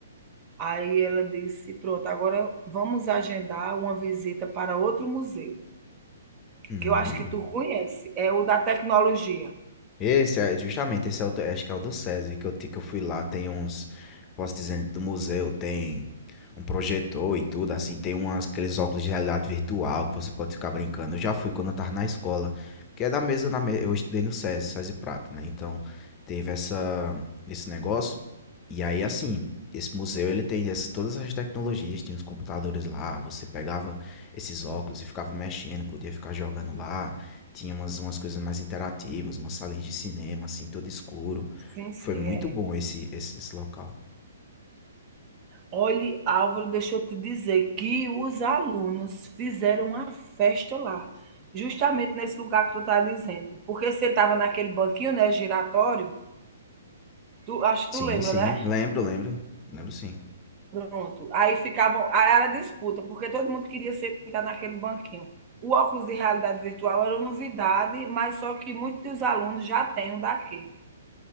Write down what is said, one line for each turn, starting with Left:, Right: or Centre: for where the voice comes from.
Right: Aí ela disse: Pronto, agora vamos agendar uma visita para outro museu,
Left: Hum.
Right: que eu acho que tu conhece, é o da tecnologia.
Left: Esse é justamente esse é o do, acho que é o do SESI que eu, ti- que eu fui lá, tem uns, posso dizer, do museu, tem um projetor e tudo, assim, tem umas, aqueles óculos de realidade virtual que você pode ficar brincando. Eu já fui quando eu tava na escola, que é da mesma, da me- eu estudei no SESI, SESI Prata, né? Então, teve essa, esse negócio. E aí, assim, esse museu, ele tem essas, todas as tecnologias, tinha os computadores lá, você pegava esses óculos e ficava mexendo, podia ficar jogando lá. Tinha umas, umas coisas mais interativas, umas salinhas de cinema, assim, todo escuro.
Right: Sim, sim,
Left: Foi muito
Right: é.
Left: bom esse, esse, esse local.
Right: Olhe, Álvaro, deixa eu te dizer que os alunos fizeram uma festa lá, justamente nesse lugar que tu tá dizendo. Porque sentava naquele banquinho, né, giratório, tu, acho que
Left: Sim,
Right: tu lembra,
Left: sim,
Right: né?
Left: lembro, lembro. Lembro sim.
Right: Pronto. Aí ficavam. Aí era disputa, porque todo mundo queria sentar naquele banquinho. O óculos de realidade virtual era novidade, mas só que muitos alunos já têm um daquele.